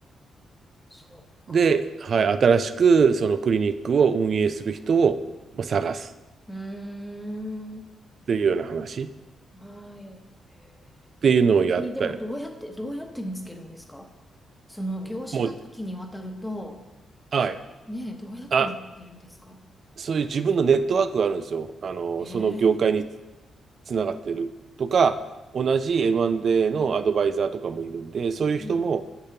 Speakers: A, in the centre; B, on the right.
A: そっか。
B: で、はい、
A: はい。
B: 新しくそのクリニックを運営する人をまあ探す
A: うーん。
B: っていうような話っ
A: はい。へえ具体的にでもどうやって、
B: ていうのをやった
A: どうやって見つけるんですかその業種が多岐にわたると、
B: もう、はい。
A: そねえ、どうやって見つけるんですか
B: あ、そういう自分のネットワークがあるんですよ。あの、
A: ええ
B: その業界につながってるとか、同じ M&A のアドバイザーとかもいるんで、そういう人も
A: うん。